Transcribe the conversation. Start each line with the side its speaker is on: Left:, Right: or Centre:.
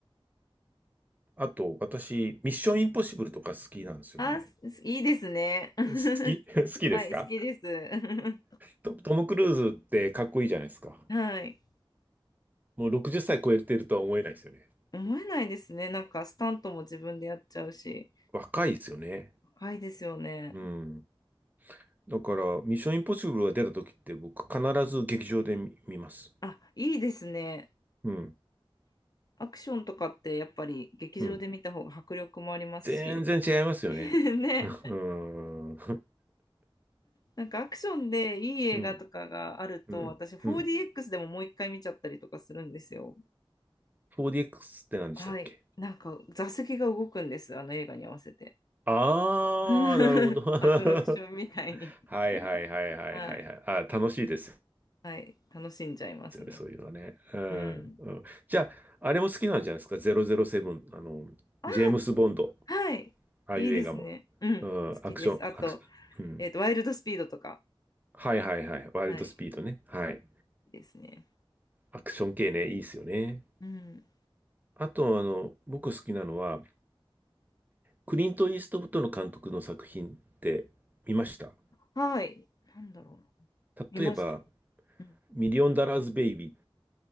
Right: あと、私、ミッションインポッシブルとか好きなんですよね。
Left: あ、すいいですね。<laughs>
Right: 好き <laughs> 好きですか
Left: はい、好きです。<laughs>
Right: ト、トム・クルーズってかっこいいじゃないですか。
Left: はい。
Right: もう60歳超えてるとは思えないですよね。
Left: 思えないですね。なんか、スタントも自分でやっちゃうし。
Right: 若いですよね。
Left: 高いですよね。
Right: うん。だから、ミッションインポッシブルが出た時って僕必ず劇場で見、見ます。
Left: あ、いいですね。
Right: うん。
Left: アクションとかって、やっぱり劇場で見た方が迫力もありますし。
Right: うん。全然違いますよね。
Left: <laughs> ね。
Right: <laughs> うん。う
Left: なんか、アクションでいい映画とかがあると、
Right: んうん。
Left: 私、4DX
Right: うん。
Left: でももう一回見ちゃったりとかするんですよ。
Right: 4DX って何でしたっけ
Left: はい。なんか、座席が動くんです。あの映画に合わせて。
Right: あー、
Left: <laughs>
Right: なるほど。
Left: アトラクションみたいに
Right: <laughs> はいはいはいはいはいはい。
Left: <laughs> はい。
Right: あ、楽しいです
Left: はい。楽しんじゃいますね。
Right: よね、そういうのはね。うん。
Left: うん。
Right: うん、じゃあ、あれも好きなんじゃないですか ?007、あの、
Left: あ
Right: ジェームス・ボンド、
Left: あ、はい。
Right: ああいう映画も。
Left: いいですね。うん。
Right: うん、
Left: 好きです。
Right: アクション、
Left: あと、
Right: アクション、うん。
Left: えっと、ワイルドスピードとか。
Right: はいはいはい。ワイルドスピードね。
Left: はい。
Right: はい。
Left: いいですね。
Right: アクション系ね、いいですよね。
Left: うん。
Right: あと、あの、僕好きなのは、クリント・イーストウッドの監督の作品って見ました
Left: はい。なんだろうな。見ました。
Right: 例えば、
Left: うん。
Right: ミリオンダラーズ・ベイビーっ